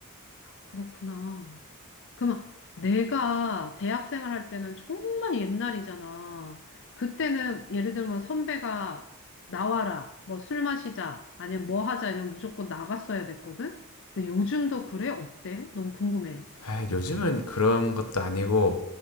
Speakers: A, on the left; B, on the left.
A: 그렇구나. 그러면 내가 대학생활 할 때는 정말 옛날이잖아. 그때는 예를 들면 선배가 나와라, 뭐 술 마시자, 아니면 뭐 하자 이러면 무조건 나갔어야 됐거든? 근데 요즘도 그래? 어때? 너무 궁금해.
B: 아, 요즘은 그런 것도 아니고